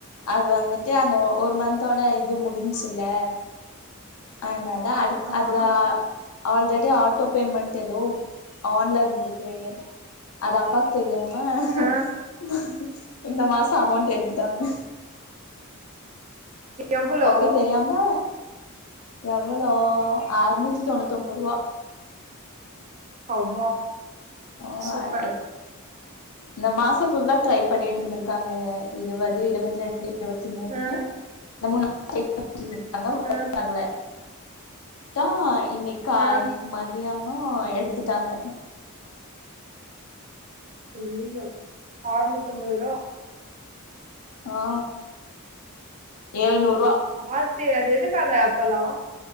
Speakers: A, on the left (about 80°); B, on the right (about 35°).
A: அது வந்துட்டு அந்த ஒ ஒரு மந்த்தோட இது முடிஞ்ச்சுல்ல அதனால தா அடுத்
B: ஆமா
A: அதுல ஆல்ரெடி ஆட்டோ பேமெண்ட் எதோ ஆன்ல இருந்திருக்கு அது அப்பாக்கு தெரியாது ஆஹ்
B: ஆ
A: இந்த மாசோ அமௌண்ட் எடுத்துட்டாங்க
B: எவ்ளோ
A: அப்பாக்கே தெரியாம எவ்வளோ ஆறநூத்தி தொண்ணூத்தி ஒம்பது ரூவா
B: அப்பா
A: ஆ
B: சூப்பர்
A: எத்த இந்த மாசோ ஃபுல்லா ட்ரை பண்ணிட்டு இருந்திருக்காங்க இருவது இருவத்தி ரெண்டு இருவத்தி மூணு
B: ஆ
A: இந்த மூணு ட்ரை பண்ணிட்டு இருந்துருக்காங்க
B: அ
A: டாகல ட்டா இன்னைக்கா
B: ஆ
A: கா மதியானோ எடுத்துட்டாங்க
B: ஐய்யய்யோ அறுநூத்தம்பது ரூவா
A: ஆ ஏழுநூறுவா
B: ஆத்தி அது எதுக்கு அந்த ஆப்பல்லா